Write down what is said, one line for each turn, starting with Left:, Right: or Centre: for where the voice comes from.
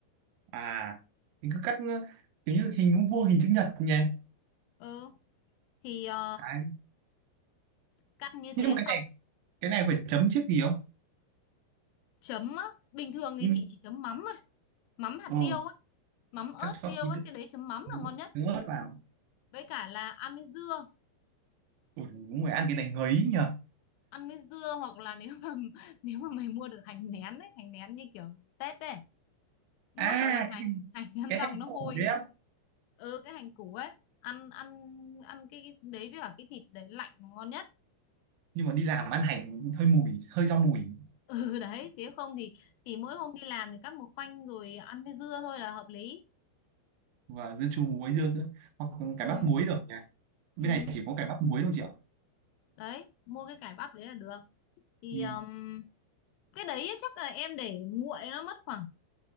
Right: à mình cứ cắt ờ, kiểu như hình vuông vuông hình chữ nhật nhỉ
Left: ừ thì ờ,
Right: Đấy.
Left: cắt như thế
Right: nhưng mà cái
Left: xong
Right: này cái này phải chấm trước gì không
Left: chấm á bình thường thì
Right: ừ.
Left: chị chỉ chấm mắm thôi mắm hạt
Right: Ờ,
Left: tiêu ấy mắm ớt
Right: chắc chót
Left: tiêu
Right: tí
Left: ấy
Right: tự
Left: cái đấy chấm mắm
Right: dứa
Left: là ngon nhất
Right: dứa ớt vào
Left: với cả là ăn với dưa
Right: Ủa, người ăn cái này ngấy nhờ
Left: ăn với dưa hoặc là nếu mà <laughs> nếu mà mày mua được hành nén ấy hành nén như kiểu Tết ấy mỗi
Right: à
Left: tội hành hành ăn
Right: cái
Left: xong
Right: hành
Left: nó
Right: củ
Left: hôi
Right: đấy á
Left: ừ cái hành củ ấy ăn ăn ăn cái, cái đấy với cả cái thịt đấy lạnh là ngon nhất <laughs>
Right: nhưng mà đi làm ăn hành hơi mùi hơi rau mùi
Left: ừ đấy nếu không thì thì mỗi hôm đi làm thì cắt một khoanh rồi ăn với dưa thôi là hợp lý
Right: và dưa chua muối dưa nữa. hoặc cải
Left: ừ
Right: bắp muối được nhỉ bên
Left: ừ
Right: này chỉ có cải bắp muối thôi chị ạ
Left: đấy mua cái cải bắp đấy là được thì
Right: ừ.
Left: um, cái đấy chắc là em để nguội nó mất khoảng